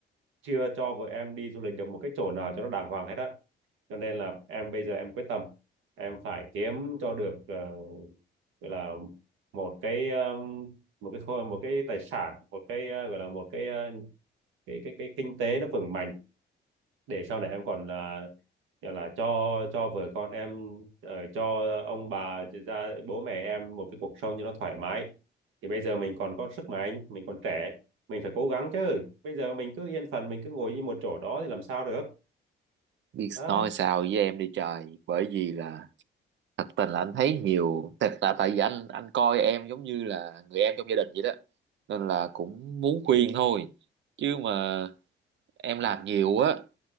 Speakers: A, on the right; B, on the right.
A: chưa cho vợ em đi du lịch được một cái chỗ nào cho nó đàng hoàng hết á cho nên là em bây giờ em quyết tâm em phải kiếm cho được ờ, gọi là một cái um, một cái kho- một cái tài sản một cái ờ, gọi là một cái ờ, cái cái cái kinh tế nó vững mạnh để sau này em còn là gọi là cho cho vợ con em ờ, cho ông bà cho ra bố mẹ em một cái cuộc sống cho nó thoải mái thì bây giờ mình còn có sức mạnh mình còn trẻ mình phải cố gắng chứ bây giờ mình cứ yên phận mình cứ ngồi yên một chỗ đó thì làm sao được
B: biết
A: đó
B: nói sao với em đi trời bởi vì là thật tình là anh thấy nhiều thật là tại vì anh anh coi em giống như là người em trong gia đình vậy đó nên là cũng muốn khuyên thôi chứ mà em làm nhiều á